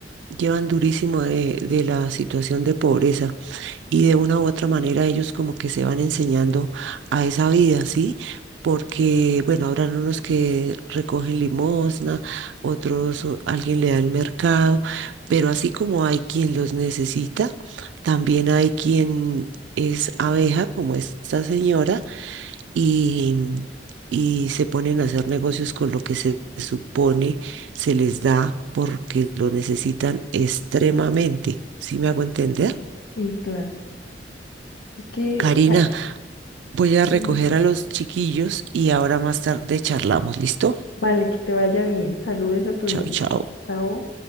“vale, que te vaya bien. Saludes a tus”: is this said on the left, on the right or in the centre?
Left